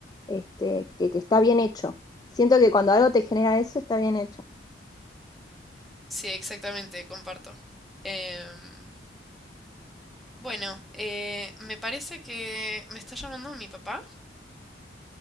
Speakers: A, on the left; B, in the centre.
A: este, que, que está bien hecho. Siento que cuando algo te genera eso, está bien hecho.
B: sí, exactamente, comparto. Em, Bueno, eh, me parece que me está llamando mi papá.